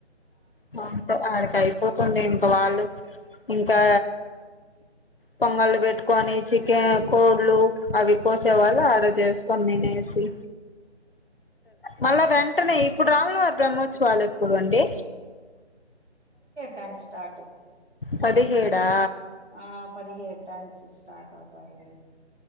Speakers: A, on the left (about 55°); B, on the right (about 80°).
A: పంపా అడక్. టైమ్. పోతుంది ఇంకా వాళ్ళు ఇంకా పొంగలు పెట్. క్వానీ చికెన్. కోళ్లు అవి కోసేవాల్. డ ఆడజేస్కొని దినేసి మళ్ళ వెం. ట్టనే. ఇప్పుడు రాములవారి బ్రహ్మోత్సవాలు ఎప్పుడు అండి.
B: టన్ స్టార్ట్.
A: పదిహేడా.
B: ఆ పదిహేడ్. డ్యాన్స్ స్టార్ట్ అవుతా ఉంది.